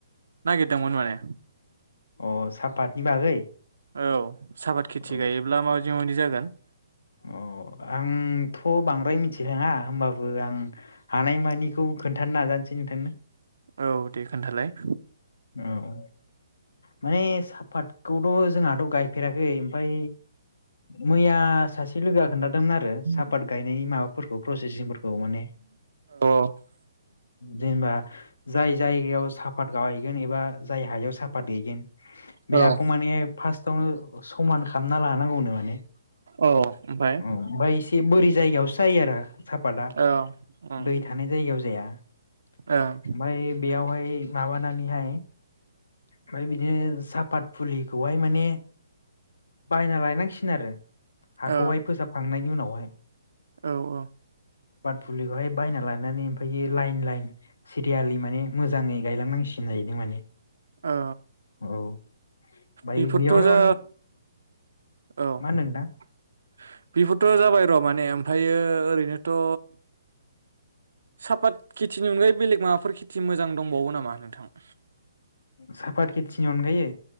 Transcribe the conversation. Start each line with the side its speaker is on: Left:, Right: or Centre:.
Right: नागिरदोंमोन माने।
Left: अ सापतनि बागै?
Right: औ सापाद खेथि
Left: अ
Right: गायोब्ला माबायदि मादि जागोन?
Left: अ आंथ' बांद्राय मिथिरोङा होमबाबो आं हानायमानिखौ खोन्थानो नाजानोसै नोंथांनो।
Right: औ दे खोन्थालाय।
Left: औ माने साफादखौथ' जोंहा थ' गायफेराखै ओमफ्राय मैया सासे लोगोआ खोनथादोंमोन आरो सापात
Right: अ
Left: गायनायनि माबाफोरखौ प्रसेसिं माने
Right: औ
Left: जेनेबा जाय जायगायाव साफात गाय एबा जाय हायाव साफात गायगोन बे
Right: औ
Left: हाखौ माने फार्स्टआवनो समान खालामना लानांगौनो माने
Right: औ ओमफ्राय
Left: औ ओमफ्राय एसे बोरि जायगायावसो जायो आरो। सापाता
Right: औ ओं
Left: दै थानाय जायगायाव जाया ओमफ्राय
Right: ओं
Left: बेयावहाय माबानानै हाय ओमफ्राय बिदिनो सापात फुलिखौहाय माने बायना लायनांसिगोन आरो हाखौहाय
Right: ओ
Left: फोसाबखांनायनि उनाव। बहाय
Right: औ औ
Left: फुलिखौहाय बायना लानानै ओमफ्राय लाइन लाइन सिरियालि माने मोजाङै गायलांनांसिनो जाहैदों माने।
Right: औ
Left: औ ओमफ्राय
Right: बेफोरथ'
Left: बेयावनो
Right: जा
Left: माने
Right: औ
Left: मा होनदों
Right: बेफोरथ'
Left: नोंथां
Right: जाबाय र' माने ओमफ्रायो ओरैनोथ' सापात खेथिनि अनगायै बेलेग माबाफोर खेथि मोजां दंबावो नामा नोंथां?
Left: साफाट खिसि अन गायै